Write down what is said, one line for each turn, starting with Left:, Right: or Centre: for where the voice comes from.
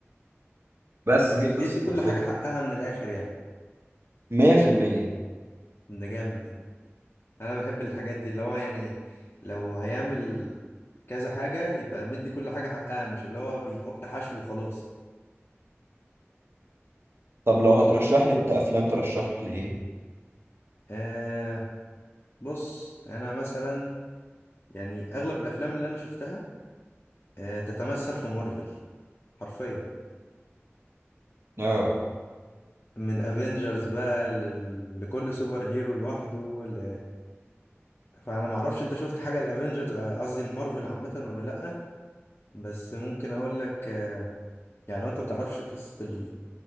Right: بس
Left: بي-
Right: دي قصة
Left: بيدي كل
Right: الفيلم
Left: حاجة حقها من الاخر يعني
Right: 100%
Left: ده جامد ده انا بحب الحاجات دي اللي هو يعني لو هيعمل كذا حاجة يبقى مدي كل حاجة حقها مش اللي هو بيحط حشو وخلاص
Right: طب لو هترشح لي انت افلام ترشح لي ايه
Left: آه بص انا مثلا يعني اغلب الافلام اللي انا شفتها آه تتمثل في مارفل حرفيا
Right: اه
Left: من افنجرز بقى لل... لكل سوبر هيرو لوحده ل... فانا ما اعرفش انت شفت حاجه الافنجرز قصدي المارفل عامه ولا لا بس ممكن اقول لك آه، يعني لو انت ما تعرفش قصه ال...